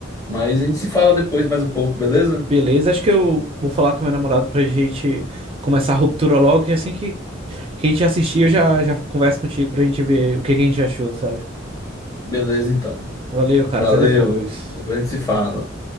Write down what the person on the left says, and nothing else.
mas a gente se fala depois mais um pouco, beleza?
Beleza, então.
Valeu.
Depois a gente se fala.